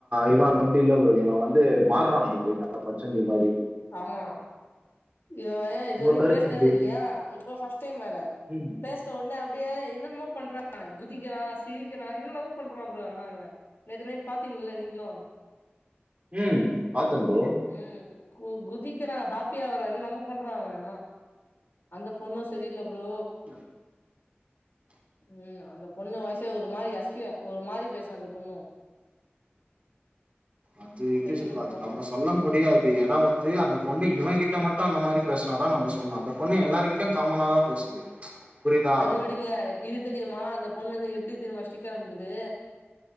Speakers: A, on the right; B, on the left.
A: இவே அப்டி இல்ல ப்ரோ இவே வந்து மாறுறா ப்ரோ லைட்டா பச்சோந்தி மாரி
B: ஆமா அய்யோ ஏ இது
A: உங்க
B: வரைக்கு
A: கருத்து
B: பேசுனதே
A: எப்டி
B: இல்லையா இப்போ ஃபர்ஸ்ட் டைம் வர்றே
A: ம்
B: பேச ன ஒன்ன அப்டியே என்னன்னமோ பண்றா அவே குதிக்கிறா சிரிக்கிறா என்னென்னமோ பண்றா ப்ரோ ஆனா அவே நேத்து நைட் பாத்தீங்கல்ல நீங்களு
A: ம் பாத்தே ப்ரோ
B: ம் கு குதிக்கிறா ஹாப்பி ஆகுறா என்னென்னமோ பண்றா அவே ஆனா அந்த பொண்ணு சரியில்ல ப்ரோ
A: அ
B: ம் அந்த பொண்ணு வாய்ச்சே ஒரு மாரி ஹஸ்கி ஒரு மாரி பேசு அந்த பொண்ணு
A: அது எப்டி
B: செரில்ல
A: சி ப்ரோ
B: அந்த
A: அது
B: பொண்ணு
A: நம்ம சொல்ல முடியாது ஏன்னா வந்து அந்த பொண்ணு இவே கிட்ட மட்டு அந்த மாரி பேசுனா தா நம்ப சொல்லணு அந்த பொண்ணு எல்லாருகிட்டயு காமனாதா பேசுது புரியுதா
B: அது விடுங்க இது தெரியுமா அந்த பொண்ணு வந்து எப்டி தெரியுமா ஸ்டிக்கர் அனுப்புது